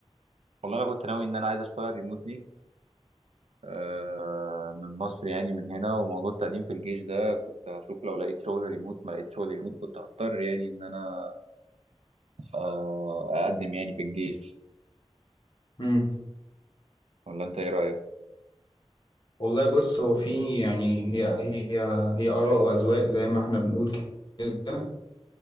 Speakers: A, on the right; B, on the left.
A: والله أنا كنت ناوي إن أنا عايز أشتغل ريموتلي آه، من مصر يعني من هنا وموضوع التقديم في الجيش ده كنت هشوف لو لقيت شغل ريموت ما لقيت شغل ريموت كنت هضطر يعني ان انا آه، اقدم يعني في الجيش
B: امم
A: ولا انت ايه رأيك
B: والله بص هو في يعني هي هي هي آراء وأذواق زي ما احنا بنقول كده